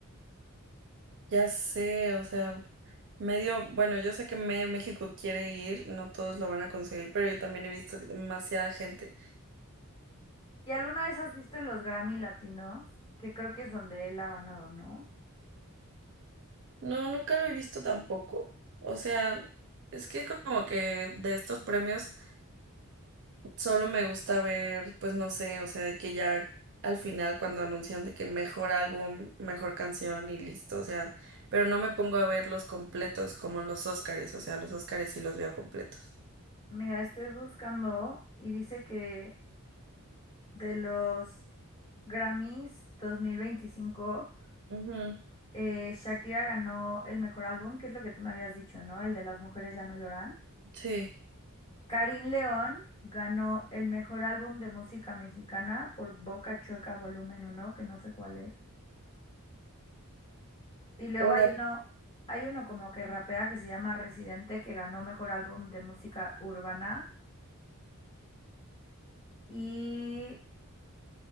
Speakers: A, on the right; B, on the left.
A: Ya sé, o sea, medio, bueno, yo sé que medio México quiere ir, no todos lo van a conseguir, pero yo también he visto que demasiada gente.
B: ¿Y alguna vez has visto los Grammy Latinos? Que creo que es donde él ha ganado, ¿no?
A: No, nunca lo he visto tampoco. O sea, es que como que de estos premios solo me gusta ver, pues no sé, o sea, de que ya al final cuando anuncian de que mejor álbum, mejor canción y listo, o sea, pero no me pongo a ver los completos como los Óscares, o sea, los Óscares sí los veo completos.
B: Mira, estoy buscando y dice que de los Grammys 2025,
A: Ujú,
B: eh, Shakira ganó el mejor álbum, que es lo que tú me habías dicho, ¿no? El de Las mujeres ya no lloran.
A: sí,
B: Karin León ganó el mejor álbum de música mexicana por Boca Chueca Volumen uno que no sé cuál es. Y luego
A: ahora.
B: hay uno, hay uno como que rapea que se llama Residente, que ganó mejor álbum de música urbana. Y